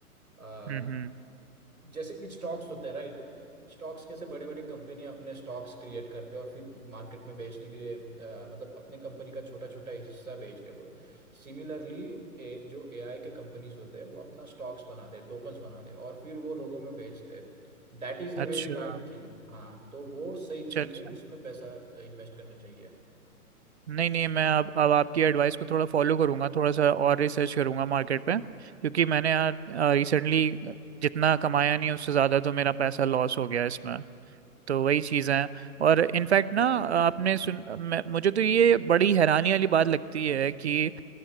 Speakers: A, on the right; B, on the right.
A: आ,
B: हम्म हम्म
A: जैसे कि स्टॉक्स होते हैं राइट स्टॉक्स कैसे बड़े बड़े कंपनी अपने स्टॉक्स क्रिएट करते हैं और फिर मार्केट में बेचने के लिए आ, मतलब अपने कंपनी का छोटा छोटा हिस्सा बेच रहे हैं वो लोग सिमिलरली ए, जो एआई के कंपनीज होते हैं वो अपना स्टॉक्स बनाते हैं टोकन्स बनाते हैं और फिर वो लोगों में बेचते हैं That is the
B: अच्छा
A: very right thing हाँ तो वो सही चीज़
B: अच्छा अच्छा
A: है उसमें पैसा इन्वेस्ट करना चाहिए
B: नहीं नहीं मैं अब अब आपकी एडवाइस को थोड़ा फॉलो करूंगा थोड़ा सा और रिसर्च करूंगा मार्केट पे क्योंकि मैंने यार रिसेंटली जितना कमाया नहीं उससे ज़्यादा तो मेरा पैसा लॉस हो गया इसमें तो वही चीज़ें हैं और इनफैक्ट ना आपने सुन मैं, मुझे तो ये बड़ी हैरानी वाली बात लगती है कि